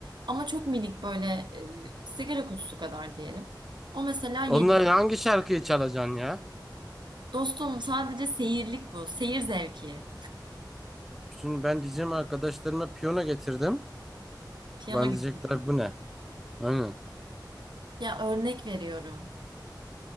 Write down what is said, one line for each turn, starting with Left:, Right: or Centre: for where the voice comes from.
Right: Ama çok minik böyle e, sigara kutusu kadar diyelim. O mesela yedi.
Centre: Onların hangi şarkıyı çalacaksın ya?
Right: Dostum sadece seyirlik bu. Seyir zevki.
Centre: Şimdi ben diyeceğim arkadaşlarıma piyano getirdim.
Right: Piyano
Centre: Bana
Right: getirdim.
Centre: diyecekler bu ne? Aynen.
Right: Ya örnek veriyorum.